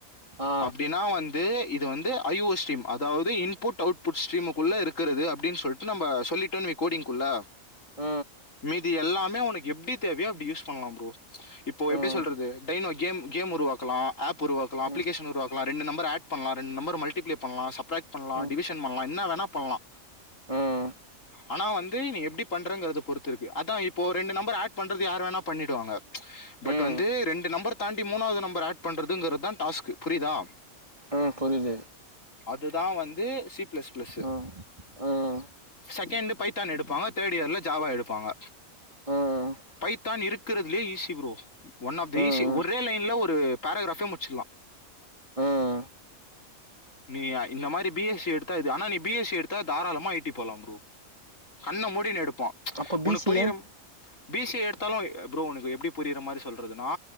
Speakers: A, on the right (about 20°); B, on the left (about 60°).
A: ஆ
B: அப்டினா வந் து இது வந்து ஐஓ ஸ்ட்ரீம் அதாவது இன்புட் அவுட்புட் ஸ்டிமுக்குள்ள இருக்கிறது அப்டின் சொல்ட்டு இது நம்ப சொல்லிட்டோன் வை கோடிங்குள்ள
A: அ
B: மீதி எல்லாமே உனக்கு எப்டி தேவையோ அப்டி யூஸ் பண்லா ப்ரோ இப்போ எப்டி
A: ம்
B: சொல்றது டைனோ கேம் கேம் உருவாக்கலா ஆப் உருவாக்கலா அப்ளிகேஷன்
A: ம்
B: உருவாக்கலா ரெண்டு நம்பர் ஆட் பண்லா ரெண்டு நம்பர் மல்டிபிளை பண்லா சப்டிராக்ட் பண்லா
A: ம்
B: டிவிஷன் பண்லா என்ன வேணா பண்லா
A: ம் ம்
B: ஆனா வந்து நீ எப்டி பண்றங்கறத பொறுத்து இருக்கு அதா இப்போ ரெண்டு நம்பர் ஆட் பண்றது யார் வேணா பண்ணிடுவாங்க பட்
A: ம்
B: வந்து ரெண்டு நம்பர் தாண்டி மூணாவது நம்பர் ஆட் பண்றதுங்கற தா டாஸ்க் புரியுதா
A: ம் புரிது
B: அதுதா வந்து சி பிளஸ் பிளஸ்
A: ம் ம்
B: செகண்ட் பைத்தா எடுப்பாங்க தேட் இயர்ல ஜாவா எடுப்பாங்க
A: ம்
B: பைத்தான் இருக்கிறதுலயே easy bro one of the
A: ம்
B: easy ஒரே லைன்ல ஒரு பேரகிராபே முச்சிலா
A: ம்
B: நீ யா இந்த மாரி பி எஸ் சி எடுத்தா இது ஆனா நீ பி எஸ் சி எடுத்தா தாராளமா ஐ டி போலாப்ரோ கண்ண மூடிகின்னு எடுப்ப
A: அப்ப பி
B: உனக்
A: சி
B: புரியிற
A: ஏ
B: பி சி ஏ எடுத்தாலு ப்ரோ உனக்கு எப்டி புரியிற மாரி சொல்றதுன்னா